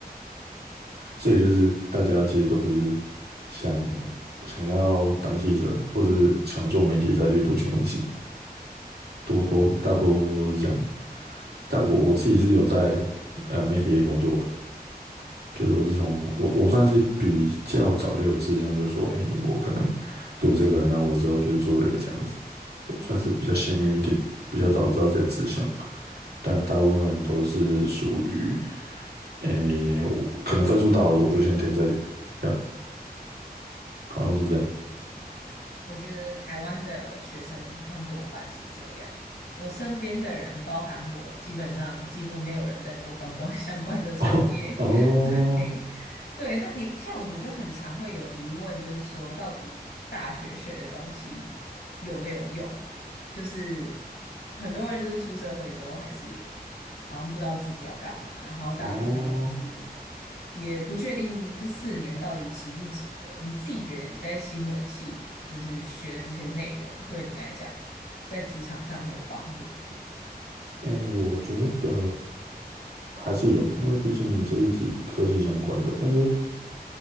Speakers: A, on the right; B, on the left.
A: 所以就是大家其实都不是想想要当记者或者是想做媒体再去读新闻系，多多大部分都是这样子，
B: 嗯，
A: 但我我自己是有在呃媒体业工作啊。就是我是从我我算是比较早就有志向，就是说，哎，我可能读这个，那我之后就是做这个这样子，对，算是比较幸运一点，比较早知道这己的志向。但大部分人都是属于，哎，我可能分数到了，我就先填这里，这样好像是这样。
B: 我觉得台湾的学生好像多半是这样。我身边的人，包含我，基本上几乎没有人在做观光相关的产业。
A: <laughs> 哦哦
B: 诶，对，那你像我们就很常会有疑问，就是说到底大学学的东西有没有用？就是很多人就是出社会之后还是好像不知道自己要干嘛，然后大学好像也是
A: 哦，
B: 也不确定这四年到底值不值得。你自己觉得你在新闻系就是学的这些内容，对你来讲在职场上很有帮助吗？
A: 哎，我觉得还是有，因为毕竟这是自己科技相关的，但是。